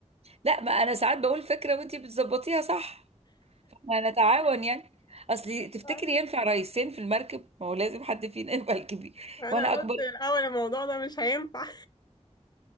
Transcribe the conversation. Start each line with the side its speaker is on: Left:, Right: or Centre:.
Right: لا ما انا ساعات بقول فكره وانت بتظبطيها صح ما نتعاون يعني اصل تفتكري
Left: <laughs>
Right: ينفع رئيسين في المركب ما هو لازم حد فينا <laughs> يبقى الكبير
Left: أنا
Right: وانا اكبر
Left: قلت الأول الموضوع ده مش هينفع